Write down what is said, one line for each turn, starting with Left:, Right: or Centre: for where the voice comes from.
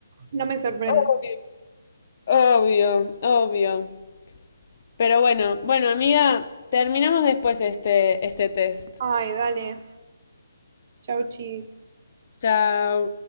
Right: No me sorprende.
Left: Obvio, obvio, obvio. Pero bueno, bueno, amiga, terminamos después este, este test.
Right: Ay, dale. Chau, chis.
Left: Chao.